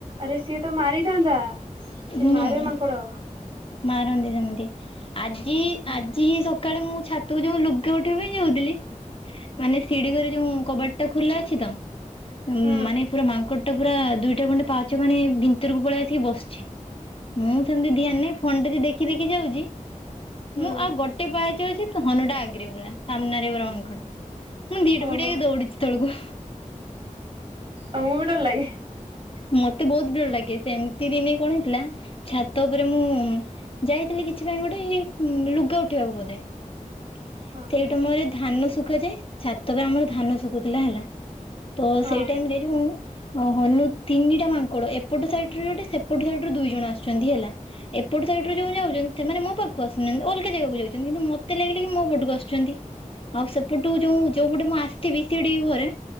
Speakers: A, on the right; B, on the left.
A: ଆରେ ସିଏ ତ ମାରିଥାନ୍ତା। ସେ
B: ହୁଁ।
A: ମାରେ ମାଙ୍କଡ।
B: ମାରନ୍ତି ସେମିତି ଆଜି
A: ହୁଁ
B: ଆଜି ହିଁ ସ ସକାଳେ ମୁଁ ଛାତକୁ ଯୋଉ ଲୁଗା ଉଠେଇ ବା ପାଇଁ ଯାଉଥିଲି। ମାନେ ସିଡି ଘରେ ଯଉ କବାଟ ଟା ଖୋଲା ଅଛି ତ। ଉଁ
A: ହୁଁ
B: ମାନେ ପୁରା ମାଙ୍କଡ଼ ଟା ପୁରା ଦୁଇଟା ଖଣ୍ଡେ ପାହାଞ୍ଚ ମାନେ ଭିତରକୁ ପଲେଇ ଆସିକି ବସିଚି। ମୁଁ ସେମିତି ଧ୍ୟାନ ନାହିଁ ଫୋନ୍ ଟା କୁ ଦେଖି ଦେଖି ଯାଉଚି।
A: ହୁଁ
B: ମୁଁ ଆଉ ଗୋଟେ ପାହାଞ୍ଚ ଅଛି ତ ହନୁ ଟା ପୁରା ଆଗରେ ପୁରା ସାମ୍ନା ରେ ପୁରା ମାଙ୍କଡ଼। ମୁଁ ଧିଡି
A: ଓହୋ
B: ଫିଡି ହେଇକି ଦୌଡିଚି ତଳକୁ।
A: ତମକୁ ବି ଡ଼ର ଲାଗେ?
B: ମତେ ବହୁତ ଡର ଲାଗେ ସେମିତି ଦିନେ କଣ ହେଇଥିଲା। ଛାତ ଉପରେ ମୁଁ ଯାଇଥିଲି କି କିଛି ପାଇଁ ଗୋଟେ ଲୁଗା ଉଟେଇ ବାକୁ ବେଧେ ସେଇଟେ
A: ହଁ
B: ଆମର ଧାନ ସୁଖା ଯାଏ। ଛାତ ରେ ଆମର ଧାନ ସୁଖୁଥିଲା ହେଲା ତ
A: ହଁ।
B: ସେଇ ଟାଇମ ରେ ଏ ଯୋଉ। ଓ ହନୁ ତିନିଟା ମାଙ୍କଡ ଏପଟେ ସାଇଟ ରୁ ଗୋଟେ ସେପଟେ ସାଇଡ ରୁ ଦୁଇ ଜଣ ଆସିଚନ୍ତି ହେଲା। ଏପଟୁ ସାଇଡ଼ି ରୁ ଯୋଉ ଯାଉଚନ୍ତି ସେମାନେ ମୋ ପାଖକୁ ଆସୁନାହାନ୍ତି ଅଲଗା ଯାଗା କୁ ଯାଉଚନ୍ତି କିନ୍ତୁ ମତେ ଲାଗିଲା କି ମୋ ପୋଟୁ। ପୋଟକୁ ଆସୁଚନ୍ତି ଆଉ ସେପଟୁ ଯେଉଁ ଯେଉଁ ପଟୁ ମୁଁ ଆସିଥିବି। ସିଡି ଘରେ